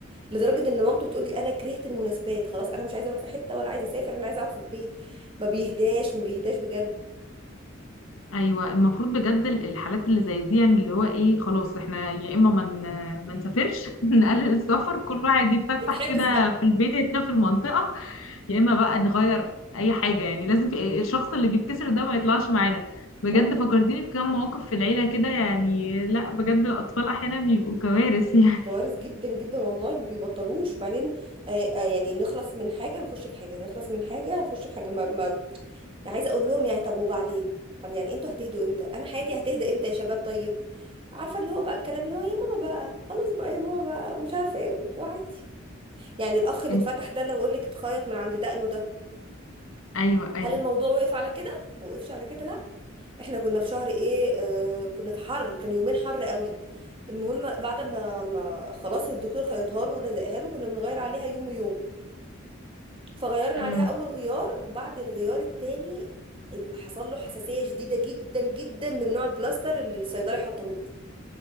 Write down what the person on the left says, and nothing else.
ايوه المفروض بجد ال- الحالات اللي زي دي يعني اللي هو ايه خلاص احنا يا اما ما من ما نسافرش <laughs> نقلل السفر كل واحد يتفسح
كده
في البيت هنا في المنطقه يا اما بقى نغير اي حاجه يعني لازم في الشخص اللي بيتكسر ده ما يطلعش معانا بجد
فكرتيني بكام مواقف في العيله كده يعني لا بجد الاطفال احيانا بيبقوا كوارث <laughs> يعني
إن-
ايوه ايوه
امم